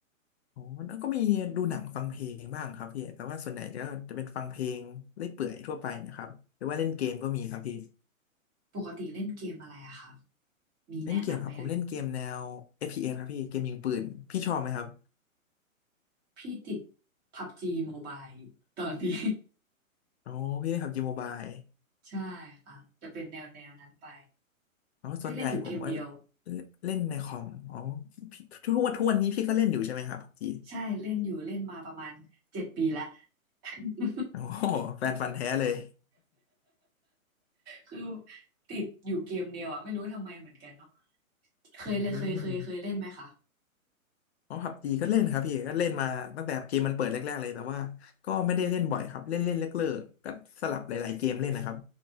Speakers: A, on the left (about 50°); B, on the right (about 25°).
A: อ๋อแล้วก็มีดูหนังฟังเพลงบ้างครับพี่แต่ว่าส่วนใหญ่จะจะเป็นฟังเพลงเล่อยเปื่อยทั่วไปนะครับหรือว่าเล่นเกมก็มีครับพี่
B: ปกติเล่นเกมอะไรอะคะมีแนะนำไหมเอ่ย
A: เล่นเกมครับผมเล่นเกมแนว FPS ครับพี่เกมยิงปืนพี่ชอบไหมครับ
B: พี่ติดพับจีโมบายอยู่ตอนนี้
A: อ๋อพี่เล่นผับจีโมบาย
B: <laughs> ใช่ค่ะจะเป็นแนวแนวนั้นไป
A: อ๋อส่วนใหญ่ผมว่า
B: พี่เล่นอยู่เกมเดียว
A: เล่นในคอมอ๋อพี่ทุกวันทุกวันนี้พี่ก็เล่นอยู่ใช่ไหมครับพับจี
B: ใช่เล่นอยู่เล่นมาประมาณเจ็ดปีละ <laughs>
A: โอ้โหแฟนฟันธุ์แท้เลย
B: คือติดอยู่เกมเดียวอ่ะไม่รู้ทำไมเหมือนกันเนาะเคยเลยเคยเคยเคยเล่นไหมคะ
A: อืมอ๋อพับจีก็เล่นครับพี่ก็เล่นมาตั้งแต่เกมมันเปิดแรกๆเลยแต่ว่าก็ไม่ได้เล่นบ่อยครับเล่นเล่นเลิกๆก็สลับหลายๆเกมเล่นนะครับ